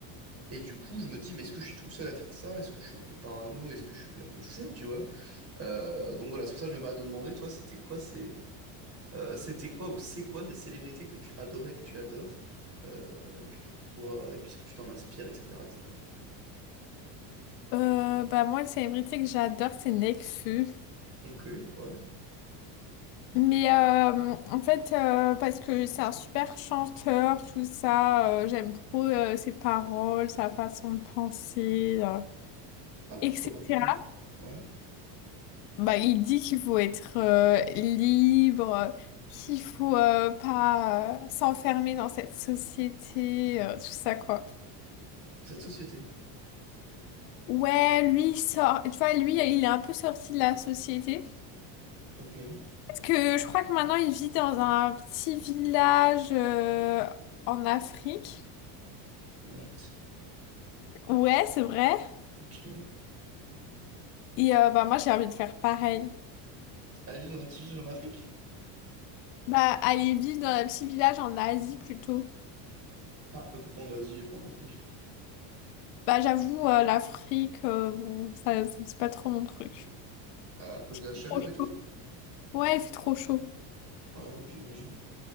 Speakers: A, on the right; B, on the left.
A: et du coup, je me dis, mais est-ce que je suis tout seul à faire ça? Est-ce que je suis un peu parano? Est-ce que je suis un peu fou, tu vois? Euh, donc voilà, c'est pour ça que je me permets de demander, toi, c'était quoi, c'est, euh, c'était quoi ou c'est quoi ces célébrités que tu adorais, que tu adores, euh, et puis pourquoi, et puis ce que tu t'en inspires, etc., etc.
B: Euh, bah moi, une célébrité que j'adore, c'est Nekfeu.
A: Ok, ouais.
B: Mais euh, en fait, euh, parce que c'est un super chanteur, tout ça, euh, j'aime trop euh, ses paroles, sa façon de penser, euh,
A: Ah, co-
B: etc.
A: comment? Ouais. Ouais.
B: Bah, il dit qu'il faut être euh, libre, qu'il faut euh, pas euh, s'enfermer dans cette société, euh, tout ça, quoi.
A: Cette société.
B: Ouais, lui, il sort, tu vois, lui, il est un peu sorti de la société.
A: Ok.
B: Parce que je crois que maintenant il vit dans un petit village euh, en Afrique.
A: What?
B: Ouais, c'est vrai.
A: Ok. Elle
B: Et euh, bah moi j'ai envie de faire pareil.
A: est juste dans un petit village en Afrique?
B: Bah aller vivre dans un petit village en Asie plutôt.
A: Ah, euh, pourquoi en Asie et pas en Afrique?
B: Bah j'avoue euh, l'Afrique, euh, bon ça c'est pas trop mon truc.
A: À cause de la chaleur
B: Il fait trop chaud.
A: et tout?
B: Ouais, il fait trop chaud.
A: Ouais, ouais, j'imagine.